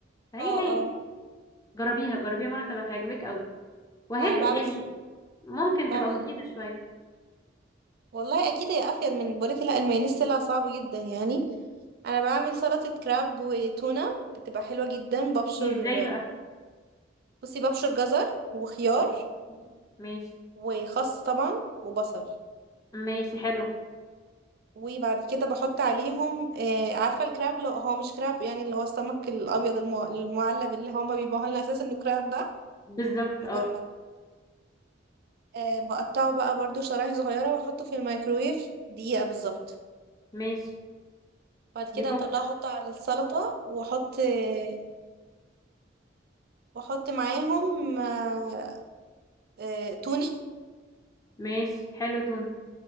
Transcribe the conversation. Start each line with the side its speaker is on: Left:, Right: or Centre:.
Left: فهي
Right: اه
Left: هي
Right: اه
Left: جربيها جربيها مرة تبقى تعجبك قوي وهي
Right: لا انا بعمل
Left: يعني ممكن
Right: بعمل
Left: تبقى مفيدة شوية
Right: والله اكيد هي افيد من بقولك لا المايونيز طلع صعب جدا يعني انا بعمل سلطة كراب وتونة بتبقى حلوة جدا ببشر
Left: ازاي بقى
Right: بصي ببشر جزر وخيار
Left: اوكي ماشي
Right: وخس طبعا وبصل
Left: ماشي حلو
Right: وبعد كده بحط عليهم آه، عارفة الكراب اللي هو مش كراب يعني اللي هو السمك الابيض المع- المعلب اللي هما بيبيعوه لنا اساسا انه كراب ده
Left: بالظبط
Right: المجمد
Left: اه
Right: آه، بقطعه بقى برضو شرايح صغيرة واحطه في الميكرويف دقيقة بالظبط
Left: ماشي
Right: بعد كده
Left: يفك
Right: اطلعه احطه على السلطة واحط آه، واحط معاهم آه، آه، تونة
Left: ماشي حلو تونة